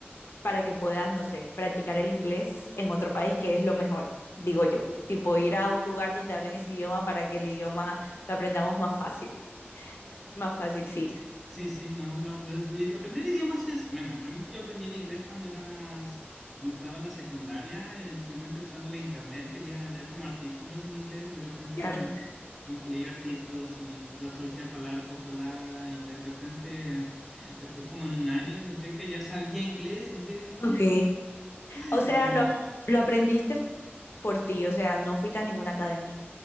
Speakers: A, on the left; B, in the centre.
A: para que puedas, no sé, practicar el inglés en otro país que es lo mejor, digo yo. Tipo ir a un lugar donde hablen ese idioma para que el idioma lo aprendamos más fácil. Más fácil,
B: Sí,
A: sí,
B: sí, sí, no, no. los- y aprender idiomas es, bueno, realmente yo aprendí el inglés cuando era más, cuando estaba en la secundaria, eh, simplemente estando en la internet, quería leer como artículos en inglés y de repente
A: claro.
B: como que leía artículos y la traducía palabra por palabra y de repente, <laughs> después como en un año, noté que ya sabía inglés y dije, oh,
A: Ok.
B: <laughs> y
A: O sea, lo, lo aprendiste por ti, o sea, no fuiste a ninguna academia.